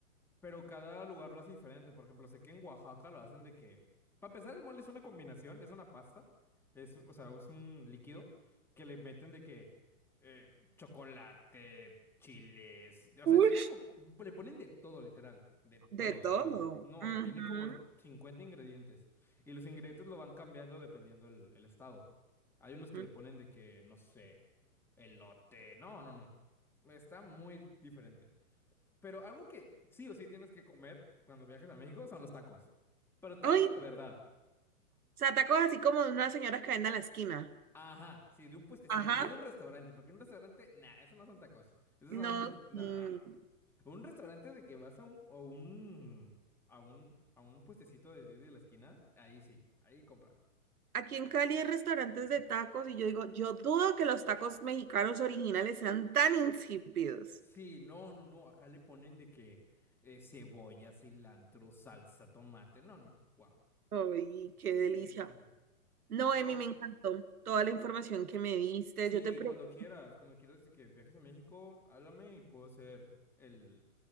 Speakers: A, in the centre; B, on the right.
A: Pero cada lugar lo hace diferente. Por ejemplo, sé que en Oaxaca lo hacen de que. Para empezar, el mole es una combinación, es una pasta. Es, o sea, es un líquido que le meten de que eh, chocolate, chiles. O
B: Uy.
A: sea, es una. co- Le ponen de todo, literal. De todo,
B: De todo.
A: de todo. No,
B: Ujú.
A: tiene como 50 ingredientes. Y los ingredientes lo van cambiando dependiendo el, el estado. Hay unos que
B: Mm.
A: le ponen de que, no sé, elote. No, no, no. Está muy diferente. Pero algo que sí o sí tienes que comer cuando viajes a México son los tacos. Pero tacos
B: Ay,
A: de verdad.
B: o sea, tacos así como de unas señoras que venden a la esquina.
A: Ajá, sí, de un puestecito,
B: Ajá.
A: no de un restaurante, porque un restaurante, nah, esos no son tacos. Esos
B: No,
A: son, no,
B: mm,
A: no. no. Un restaurante de que vas a un, o un, a un, a un puestecito de, de la esquina, ahí sí, ahí compra.
B: aquí en Cali hay restaurantes de tacos y yo digo, yo dudo que los tacos mexicanos originales sean tan insípidos.
A: Sí, no, no, no, acá le ponen de que eh, cebolla, cilantro, salsa, tomate. No, no, no, wow.
B: Ay, qué delicia.
A: Buenísimo.
B: No,
A: Pero
B: Emi, me encantó toda la información que me diste.
A: Sí,
B: Yo te pregunto
A: cuando quieras, cuando quieras de que viajes a México, háblame y puedo ser el,